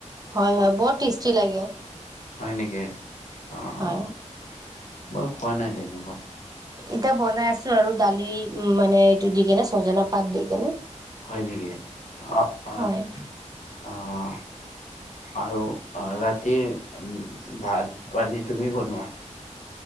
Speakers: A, on the right (about 30°); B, on the left (about 70°).
A: হয় হয় বৰ টেষ্টি লাগে।
B: হয় নেকি? অঁ
A: হয়
B: মই খোৱা নাই তেন
A: এতিয়া বনাই আছো আৰু দালি উ মানে এইটো দি কেনে ছজনা পাত দি কেনে।
B: হয় নেকি? অ' অঁ'
A: হয়
B: অঁ। আৰু অঁ ৰাতিৰ ভাত পানী তুমি বনোৱা?